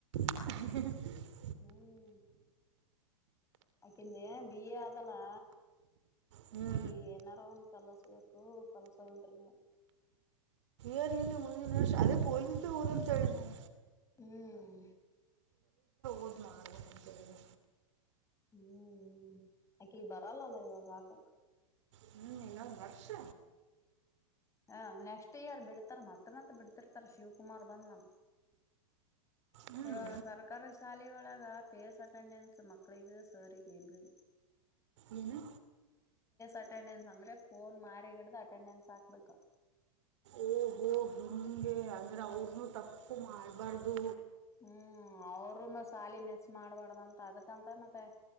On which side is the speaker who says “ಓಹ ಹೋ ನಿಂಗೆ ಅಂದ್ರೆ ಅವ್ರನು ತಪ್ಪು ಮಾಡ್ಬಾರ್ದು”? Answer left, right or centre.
Right